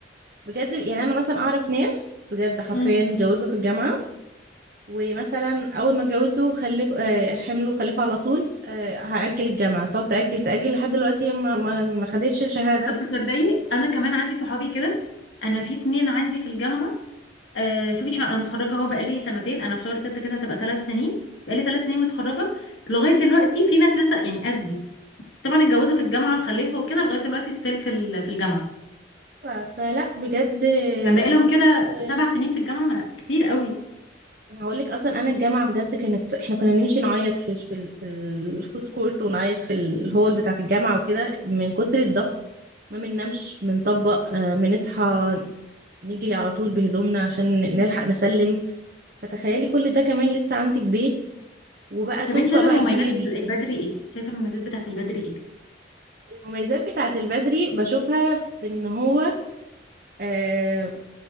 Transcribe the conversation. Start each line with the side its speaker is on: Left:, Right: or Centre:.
Right: بجد يعني انا مثلا اعرف ناس بجد حرفيا
Left: مم.
Right: اتجوزوا في الجامعة ومثلا اول ما اتجوزوا خلف آه، حملوا خلفوا على طول آه، هأجل الجامعة تقعد تأجل تأجل لحد دلوقتي هي ما ما ما خدتش الشهادة
Left: طب تصدقي انا كمان عندي صحابي كده انا في اتنين عندي في الجامعه آه شوفي احنا انا متخرجه اهو بقالي سنتين انا في شهر ستة كده هتبقى ثلاث سنين بقالي ثلاث سنين متخرجه لغايه دلوقتي في ناس لسه يعني قدي طبعا اتجوزوا في الجامعه وخلفوا وكده لغايه دلوقتي ستيل في ال- في الجامعه
Right: ف- فلا بجد
Left: يعني بقالهم كده
Right: اصل
Left: سبع سنين في الجامعه ما كتير قوي
Right: انا هقول لك اصلا انا الجامعه بجد كانت احنا كنا بنمشي نعيط في في ال- في الفود كورت ونعيط في الهول بتاعه الجامعه وكده من كتر الضغط ما بننامش بنطبق آه، بنصحى نجري على طول بهدومنا عشان نلحق نسلم فتخيلي كل ده كمان لسه عندك بيت وبقى
Left: طب
Right: صدفه
Left: انت شايفه
Right: بقى
Left: المميزات
Right: جه بيبي
Left: البدري ايه شايفه المميزات بتاعت البدري ايه
Right: المميزات بتاعه البدري بشوفها في ان هو آه،